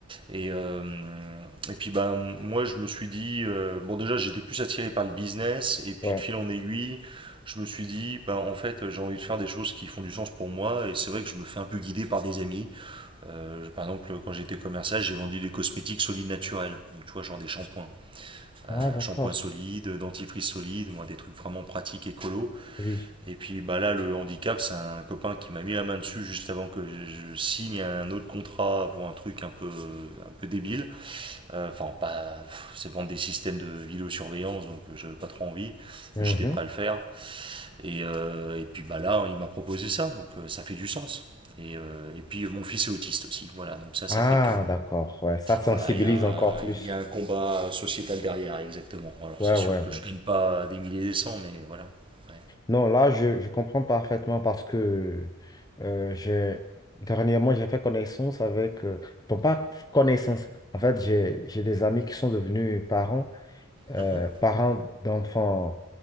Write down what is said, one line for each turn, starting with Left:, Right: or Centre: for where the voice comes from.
Right: Et, euh, et puis bah, moi je me suis dit, euh, bon déjà j'étais plus attiré par le business, et puis
Left: ouais.
Right: de fil en aiguille, je me suis dit, bah, en fait j'ai envie de faire des choses qui font du sens pour moi, et c'est vrai que je me fais un peu guider par des amis. Euh, par exemple quand j'étais commercial j'ai vendu des cosmétiques solides naturels, donc tu vois genre des shampoings,
Left: Ah,
Right: Euh,
Left: d'accord.
Right: shampoings solides, dentifrice solide, moi, des trucs vraiment pratiques, écolo.
Left: Oui.
Right: Et puis bah, là le handicap c'est un copain qui m'a mis la main dessus juste avant que je, je signe un autre contrat pour un truc un peu, un peu débile. Euh, Enfin, pas. C'est vendre des systèmes de vidéosurveillance, donc je j'avais pas trop envie,
Left: Mhm.
Right: mais j'étais prêt à le faire. Et, euh, et puis bah là, hein, il m'a proposé ça, donc euh, ça fait du sens. Et, euh, et puis euh, mon fils est autiste aussi, voilà, donc ça, ça
Left: Ah,
Right: fait que.
Left: d'accord. Ouais, ça sensibilise
Right: Voilà, il y, a un-
Left: encore plus.
Right: il y a un combat sociétal derrière, exactement. Alors
Left: Ouais,
Right: c'est sûr
Left: ouais,
Right: que
Left: ouais.
Right: je gagne pas des milliers et des cents, mais voilà. Ouais.
Left: Non, là, je, je comprends parfaitement parce que euh, j'ai dernièrement, j'ai fait connaissance avec, euh, bon, pas connaissance, en fait, j'ai, j'ai des amis qui sont devenus parents, euh,
Right: Mhm,
Left: parents d'enfants